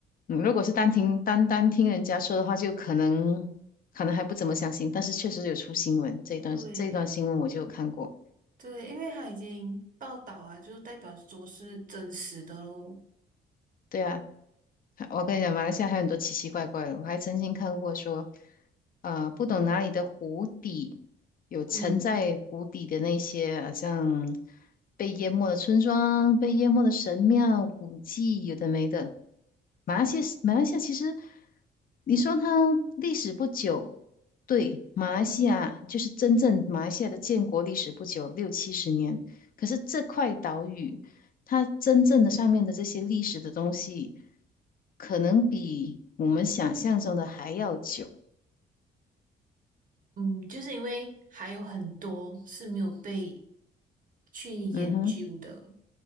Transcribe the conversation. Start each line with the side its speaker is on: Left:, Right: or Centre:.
Left: 嗯，如果是单听单单听人家说的话，就可能可能还不怎么相信，但是确实有出新闻，这一段这一段新闻我就有看过。
Right: 对对，因为它已经报道啊，就代表说是真实的咯。
Left: 对啊，我跟你讲，马来西亚还有很多奇奇怪怪的。我还曾经看过说，呃，不懂哪里的湖底有沉在湖底的那些，
Right: 嗯
Left: 好像被淹没的村庄、被淹没的神庙、古迹，有的没的。马来西亚，马来西亚其实，你说它历史不久，对，马来西亚就是真正马来西亚的建国历史不久，六七十年。可是这块岛屿。它真正的上面的这些历史的东西，可能比我们想象中的还要久。
Right: 嗯，就是因为还有很多是没有被去研究的。
Left: 嗯哼，